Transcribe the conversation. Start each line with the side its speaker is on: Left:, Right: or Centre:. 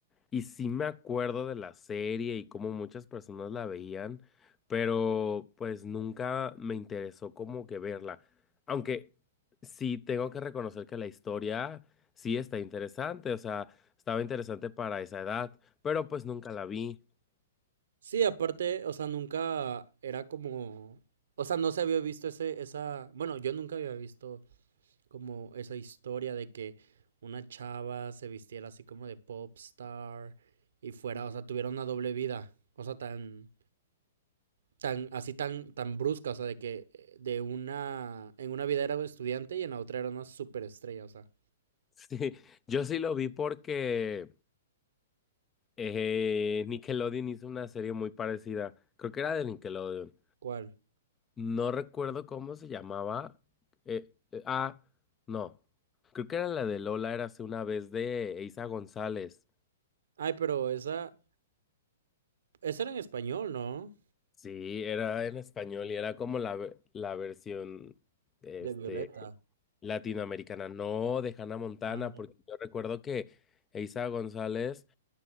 Left: y sí me acuerdo de la serie y cómo muchas personas la veían, pero pues nunca me interesó como que verla. Aunque sí tengo que reconocer que la historia sí está interesante, o sea, estaba interesante para esa edad, pero pues nunca la vi. <laughs>
Right: Sí, aparte, o sea, nunca era como. O sea, no se había visto ese, esa. Bueno, yo nunca había visto como esa historia de que una chava se vistiera así como de pop star y fuera, o sea, tuviera una doble vida. O sea, tan. tan, así tan, tan brusca. O sea, de que de una. En una vida era estudiante y en la otra era una superestrella. O sea,
Left: Sí, yo sí lo vi porque eh, Nickelodeon hizo una serie muy parecida, creo que era de Nickelodeon.
Right: ¿cuál?
Left: No recuerdo cómo se llamaba. eh, eh, ah, no. Creo que era la de Lola, era hace una vez de Eiza González.
Right: Ay, pero esa. Esa era en español, ¿no?
Left: Sí, era en español y era como la, ve- la versión este,
Right: De Violeta.
Left: latinoamericana, no de Hannah Montana,
Right: Ah, Ujú. no.
Left: porque yo recuerdo que Eiza González